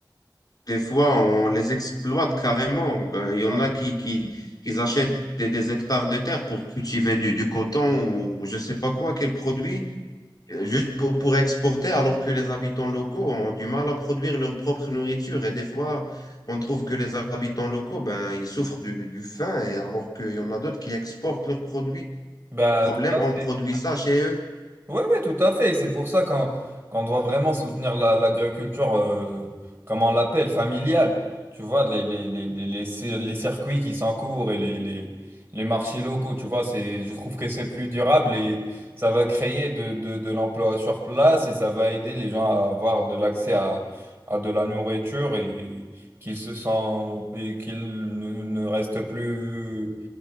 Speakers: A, on the left (about 55°); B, on the right (about 30°).
A: des fois, on les exploite carrément. Ben, il y en
B: Ouais.
A: a qui, qui, qui achètent des, des hectares de terre pour cultiver du, du coton ou je sais pas quoi, quel produit. euh, juste pour, pour exporter, alors que les habitants locaux ont du mal à produire leur propre nourriture. Et des fois, on trouve que les habitants locaux, ben, ils souffrent du, du- du faim, et alors qu'il y en a d'autres qui exportent leurs produits.
B: Bah,
A: Problème,
B: tout
A: on
B: à fait.
A: produit ça chez eux.
B: Oui, oui, tout à fait. C'est pour ça qu'on qu'on doit vraiment soutenir la- l'agriculture, euh, comme on l'appelle, familiale. Tu vois, les, les, les, les, les cir- les circuits qui s'encourent et les, les, les marchés locaux, tu vois, c'est, je trouve que c'est plus durable et ça va créer de, de, de l'emploi sur place et ça va aider les gens à avoir de l'accès à, à de la nourriture et qu'ils se sentent, et qu'ils ne, ne restent plus